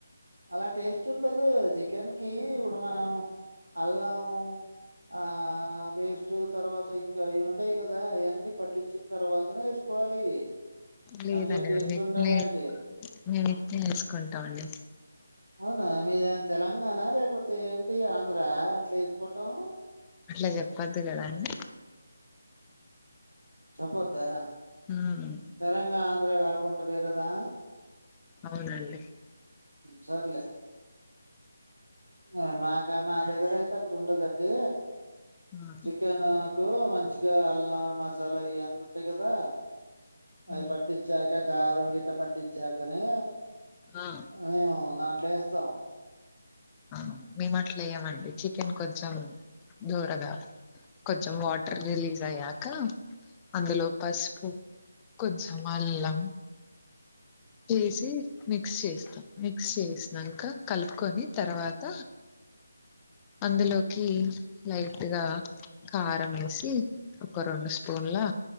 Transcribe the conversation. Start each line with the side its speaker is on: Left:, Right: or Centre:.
Right: అలా టేస్ట్ ఉండదు. చికెన్ కి ఇప్పుడు మనం అల్లం ఆ పేస్ట్ తర్వాత ఇంకా ఈవెం ఉంటాయి. కదా అయన్నీ పట్టించిన తర్వాతనే వేసుకోవాలి.
Left: లేదండి.
Right: మంచిగా టేస్ట్ ఉండాలంటే
Left: మేము ఇట్నే మేము ఇట్నే చేసుకుంటాం. అండి
Right: అవునా మీరే తెలంగాణ లేకపోతే ఏంటి ఆంధ్రా అట్లా ఎసుకోటం
Left: అట్లా చెప్పద్దు కదా అండి
Right: చెప్పొద్దా
Left: హ్మ్.
Right: తెలంగాణ, ఆంధ్రగా అంటే వేరేదా
Left: అవునండి.
Right: సర్లే అ మాక్ ఇంకా మా దగ్గర అయితే అట్టుండదు అండి.
Left: ఆ!
Right: చికెను కు మంచిగా అల్లం, మసాలా ఇవన్నీ ఉంటాయి కదా
Left: హ్మ్.
Right: అవి పట్టించార్ కారం గిట్ట పట్టిచ్చాకానే
Left: ఆ
Right: అవేవో దాంట్లే త
Left: ఆ మేమ్ మాట్ల వాయ్యమండి. చికెన్ కొంచెం దూరగా, కొంచెం వాటర్ రిలీజ్ అయ్యాక అందులో పసుపు కొంచెం అల్లం చేసి మిక్స్ చేస్తాం. మిక్స్ చేసిన్నాక కలుపుకొని తర్వాత అందులోకి లైట్గా కారం వేసి, ఒక రెండు స్పూన్లా